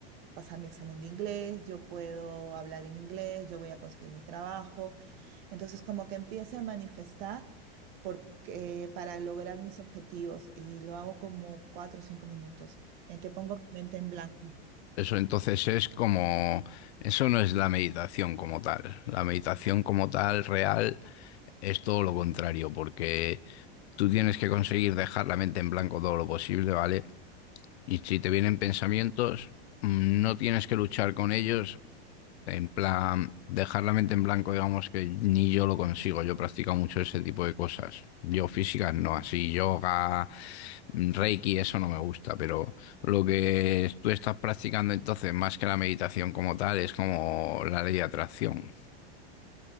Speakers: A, on the right (about 55°); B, on the left (about 85°).
A: pasar mi examen de inglés, yo puedo hablar en inglés, yo voy a conseguir mi trabajo. Entonces, como que empiece a manifestar porque, para lograr mis objetivos y lo hago como cuatro o cinco minutos en que pongo mi mente en blanco.
B: Eso entonces es como, eso no es la meditación como tal. La meditación como tal real es todo lo contrario, porque tú tienes que conseguir dejar la mente en blanco todo lo posible, ¿vale? Y si te vienen pensamientos, mm, no tienes que luchar con ellos, en plan, dejar la mente en blanco, digamos que ni yo lo consigo. Yo he practicado mucho ese tipo de cosas. Yo físicas no, así yoga, reiki, eso no me gusta, pero lo que tú estás practicando entonces, más que la meditación como tal, es como la ley de atracción.